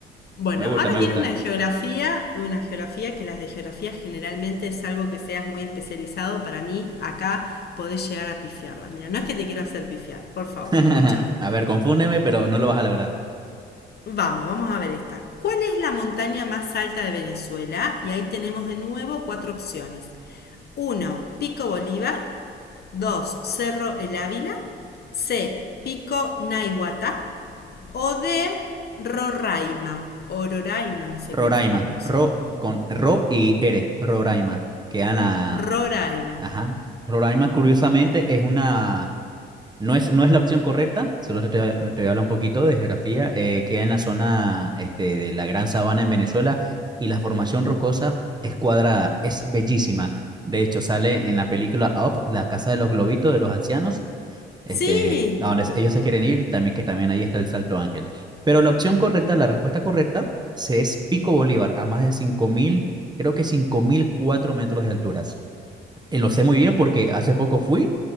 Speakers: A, on the left (about 55°); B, on the right (about 20°).
A: Bueno,
B: Me gusta,
A: ahora
B: me
A: viene
B: gusta.
A: una de geografía, de una geografía que las de geografía generalmente, salvo que seas muy especializado, para mí acá podés llegar a pifiarla. Mira, no es que te quiero hacer pifiar, por favor,
B: <laughs>
A: escucha.
B: A ver, confúndeme, pero no lo vas a lograr.
A: Vamos, vamos a ver esta. ¿Cuál es la montaña más alta de Venezuela? Y ahí tenemos de nuevo cuatro opciones. Uno, Pico Bolívar. 2, Cerro El Ávila. C. Pico Naiguatá. O D. Roraima. O Roraima, no sé
B: Roraima,
A: cómo se pronuncia.
B: ro con ro y ere, Roraima, que Ana,
A: Roraima.
B: ajá. Roraima, curiosamente, es una No es, no es la opción correcta, solo te, te voy a hablar un poquito de geografía. eh, queda en la zona este, de la Gran Sabana en Venezuela y la formación rocosa es cuadrada, es bellísima. De hecho, sale en la película Up, la casa de los globitos de los ancianos, este,
A: Sí.
B: a donde ellos se quieren ir, también que también ahí está el Salto Ángel. Pero la opción correcta, la respuesta correcta, se es Pico Bolívar, a más de cinco mil creo que cinco mil cuatro metros de alturas eh, lo sé muy bien porque hace poco fui